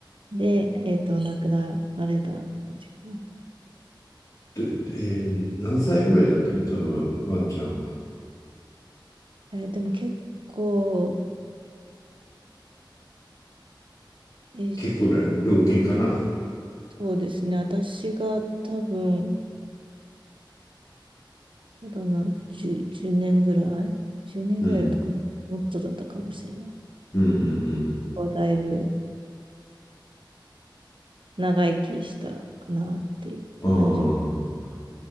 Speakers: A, on the right (about 85°); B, on the left (about 45°).
A: で、えっと、亡くなられたって感じかな。
B: で、えー何歳ぐらいだったのそのワンちゃんは。
A: えーでも結構、えー
B: 結構な老犬かな。
A: そうですね。私が多分、そうだな、10、年ぐらい ?10 年ぐらいだったかな。
B: うん。
A: もっとだったかもしれない。
B: うんうん
A: こうだいぶ長生きしたかなっていう感じは。
B: うん。ああ。